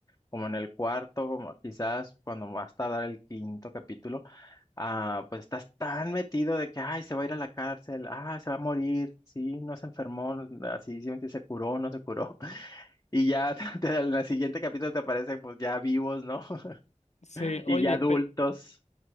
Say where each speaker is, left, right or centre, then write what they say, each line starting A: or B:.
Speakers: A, on the left; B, on the left.
A: como en el cuarto, como quizás cuando va a dar el quinto capítulo, ah, pues estás tan metido de que, ay, se va a ir a la cárcel, ah, se va a morir, sí, no se enfermó, así, sí, se curó, no se curó. Y ya <laughs> te- en el siguiente capítulo te aparecen pues ya vivos, ¿no? <laughs>
B: sí.
A: Y
B: Oye,
A: ya adultos.
B: pe-